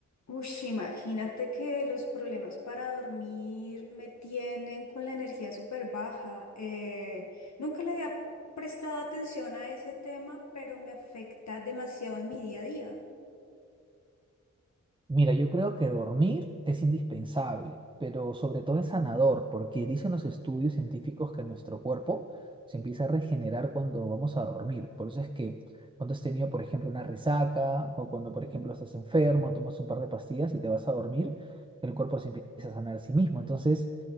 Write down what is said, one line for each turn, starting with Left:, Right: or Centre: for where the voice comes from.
Left: Ush, imagínate que los problemas para dormir me tienen con la energía súper baja. Eh, nunca le había prestado atención a ese tema, pero me afecta demasiado en mi día a día.
Right: Mira, yo creo que dormir es indispensable, pero sobre todo es sanador, porque dicen los estudios científicos que nuestro cuerpo se empieza a regenerar cuando vamos a dormir. Por eso es que cuando has tenido, por ejemplo, una resaca o cuando, por ejemplo, estás enfermo, tomas un par de pastillas y te vas a dormir, el cuerpo se empieza a sanar a sí mismo. Entonces,